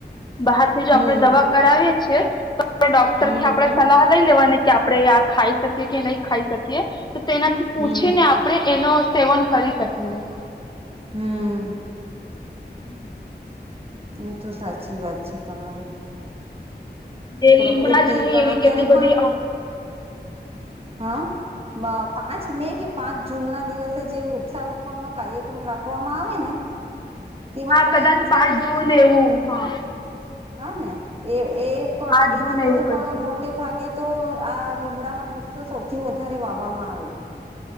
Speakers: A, on the left; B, on the right.
A: બહારથી જો
B: હમ
A: આપણે દવા કરાવીએ છીએ ડોક્ટરથી
B: હમ
A: આપડે સલાહ લઈ લેવાની કે આપડે આ ખાઈ શકીએ કે નહીં ખાય શકીએ. તો તેનાથી પૂછીને
B: હમ
A: આપડે એનો સેવન કરી શકીએ.
B: હમ્મ.
A: <inaudible>
B: એ તો સાચી વાત છે તમારી
A: તે
B: પ્રકૃતિ
A: લીમડા જ નહીં
B: એ પણ
A: એવી
B: અત્યારે
A: કેટલી બધી અ
B: હ મ પાંચ મે કે પાંચ જૂનના દિવસે જે વૃક્ષારોપણનો કાર્યક્રમ રાખવામાં આવે ને? તેમાં
A: હા
B: પણ,
A: કદાચ
B: એમ જોવા
A: પાંચ
B: જઈએ
A: જૂન
B: તો
A: એવું હા
B: હા ને, એ એ પણ
A: પાંચ
B: એ
A: જૂન
B: દિવસે
A: એવું કઈ
B: પણ
A: છે
B: મો ટેભાગે તો આ લીમડાના વૃક્ષો સૌથી વધારે વાવવામાં આવે.